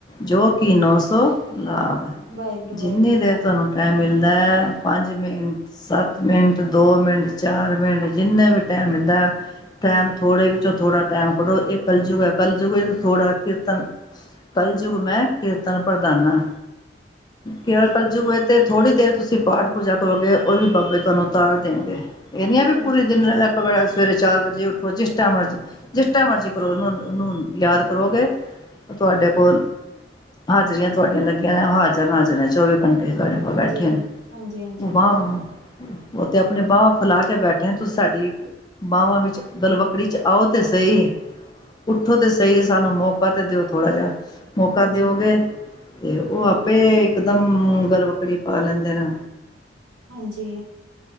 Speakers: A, on the left; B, on the right.
A: ਜੋ ਕਿਨੌ ਸੌ ਲਾਭ।
B: ਵਾਹਿਗੁਰੂ
A: ਜਿੰਨੀ
B: ਵਾਹਿਗੁਰੂ
A: ਦੇਰ ਤੁਹਾਨੂੰ ਟਾਈਮ ਮਿਲਦਾ ਹੈ, ਪੰਜ ਮਿੰਟ ਸੱਤ ਮਿੰਟ, ਦੋ ਮਿੰਟ, ਚਾਰ ਮਿੰਟ, ਜਿੰਨੇ ਵੀ ਟੈਮ ਮਿਲਦਾ। ਟਾਈਮ ਥੋੜੇ ਵਿੱਚੋਂ ਥੋੜਾ ਟਾਈਮ ਕਢੋ। ਇਹ ਕਲਜੂਗਾ ਹੈ, ਕਲਜੂਗ ਥੋੜਾ ਕੀਰਤਨ ਕਲਯੁਗ ਮੈਂ ਕੀਰਤਨ ਪ੍ਰਦਾਨਾ, ਕ-
B: ਹਾਂਜੀ
A: ਜੇ ਥੋੜੀ ਦੇਰ ਤੁਸੀਂ ਪਾਠ- ਪੂਜਾ ਕਰੋਗੇ, ਉਹ ਵੀ ਬਾਬੇ ਤੁਹਾਨੂੰ ਉਤਾਰ ਦੇਣਗੇ। ਇਹ ਨਹੀਂਆਂ ਵੀ
B: ਹਾਂਜੀ
A: ਪੂਰੇ ਦਿਨੈ, ਸਵੇਰੇ ਚਾਰ ਵਜੇ ਉੱਠੋ ਜਿਸ ਟਾਈ ਮਰਜ਼ੀ। ਜਿਸ ਟੇਮ ਮਰਜ਼ੀ ਕਰੋ ਉਹਨੂੰ, ਉਹਨੂੰ ਯਾਦ ਕਰੋਗੇ ਓਹ ਤੁਹਾਡੇ ਕੋਲ। ਹਾਜ਼ਰੀਆਂ ਤੁਹਾਡੀਆਂ ਲੱਗੀਆਂ ਨੇ। ਹਾਜ਼ਰ ਨਾਜ਼ਰ ਹੈ ਚੌਵੀ ਸਾਡੇ ਕੋਲ
B: ਹਾਂਜੀ,
A: ਬੈਠੇ ਨੇ
B: ਹਾਂਜੀ-ਹਾਂਜੀ
A: ਉਹ ਵਾਹ
B: ਬਿਲ
A: ਵ। ਉਤੇ ਆਪਣੇ ਬਾਹਵਾਂ ਫੈਲਾ ਕੇ ਬੈਠੇ ਆ, ਤੁਸੀਂ ਸਾਡੀ ਬਾਵਾਂ ਵਿੱਚ ਗਲਵੱਕੜੀ ਚ ਆਓ ਤੇ ਸਈ, ਉੱਠੋ ਤੇ ਸਈ ਸਾਨੂੰ ਮੌਕ ਕਾ ਤੇ ਦਿਓ ਥੋੜਾ ਜਿਹਾ, ਮੌਕਾ
B: ਹਾਂਜੀ,
A: ਦੇਓਗੇ ਤੇ ਉਹ ਆਪੇ ਇਕਦਮ ਹੂੰ ਗਲ਼ਵੱਕੜੀ ਪਾ ਲੈਂਦੇ ਨੇ।
B: ਹਾਂਜੀ।